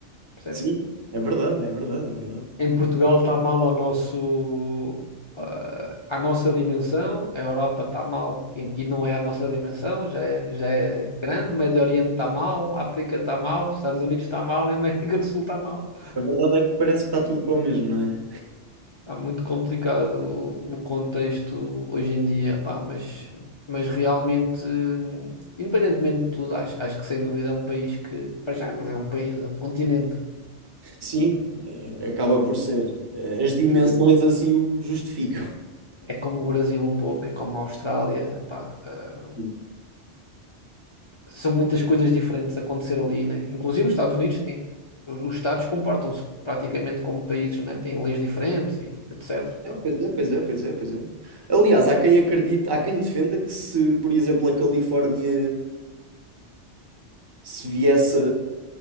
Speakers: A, on the left; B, on the right.
A: Percebes?
B: Sim, é verdade, é verdade, é verdade.
A: em Portugal está mal ao nosso, ah, à nossa dimensão, a Europa está mal e, e não é à nossa dimensão, já é, já é grande, o Médio Oriente está mal, a África está mal, os Estados Unidos está mal e a América do Sul está mal.
B: A verdade é que parece que está tudo para o mesmo, não é?
A: Está muito complicado o o contexto hoje em dia, pá, mas, mas realmente, hum, independentemente de tudo, acho, acho que sem dúvida é um país que, para já, não é um país, é um continente.
B: Sim, é- acaba por ser. É, As dimensões assim o justificam.
A: É como o Brasil um pouco, é como a Austrália, pá, ah,
B: Sim.
A: são muitas coisas diferentes a acontecer ali, né? Inclusive os Estados Unidos têm, os Estados comportam-se praticamente como países, né? Têm leis diferentes e etc. Então,
B: Pois é, pois é, pois é, pois é. pois é. Aliás, há quem acredite, há quem defenda que se, por exemplo, a Califórnia se viesse